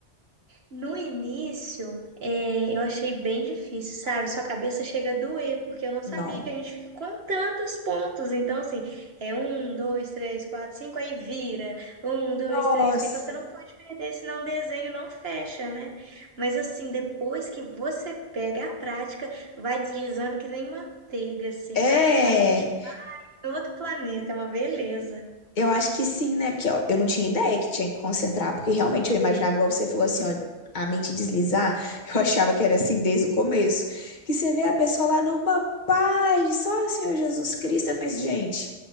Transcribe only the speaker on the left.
Não.
Nossa.
É.
Eu acho que sim, né? Porque ó, eu não tinha ideia que tinha que concentrar, porque realmente eu imaginava, igual você falou assim, ó, a mente deslizar, <laughs> eu achava que era assim desde o começo. Que você vê a pessoa lá numa paz, só o Senhor Jesus Cristo, eu falei assim, gente,